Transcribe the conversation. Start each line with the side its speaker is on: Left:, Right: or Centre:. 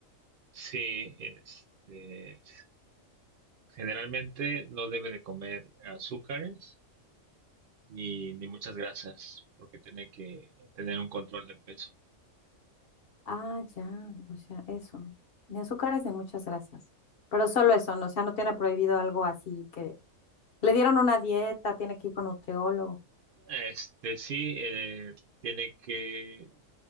Right: Sí, este, generalmente no debe de comer azúcares ni, ni muchas grasas, porque tiene que tener un control del peso.
Left: Ah, ya, o sea, eso. Ni azúcares ni muchas grasas. Pero solo eso, ¿no? O sea, no tiene prohibido algo así que le dieron una dieta, tiene que ir con nutriólogo.
Right: Este sí, eh, tiene que,